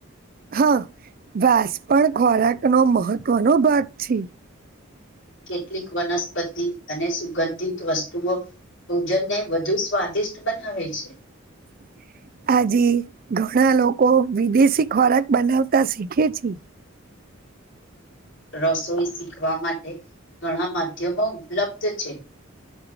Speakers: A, on the right (about 45°); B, on the left (about 65°).
A: હા વાસ પણ ખોરાકનો મહત્વનો ભાગ છે.
B: કેટલીક વનસ્પતિ અને સુગંધિત વસ્તુઓ ભોજનને વધુ સ્વાદિષ્ટ બનાવે છે.
A: <inaudible> આજે ઘણા લોકો વિદેશી ખોરાક બનાવતા શીખે છે.
B: રસોઈ શીખવા માટે ઘણા માધ્યમો ઉપલબ્ધ છે.